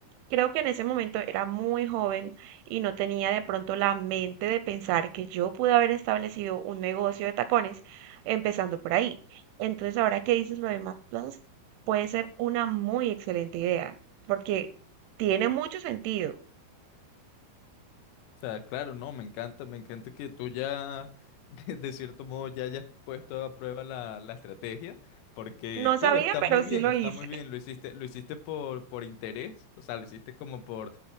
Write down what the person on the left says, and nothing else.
O sea, claro, no, me encanta, me encanta que tú ya, <laughs> de, de cierto modo, ya hayas puesto a prueba la, la estrategia, porque,
claro, está
muy bien,
está
muy bien, lo hiciste, lo hiciste por, por interés, o sea, lo hiciste como por,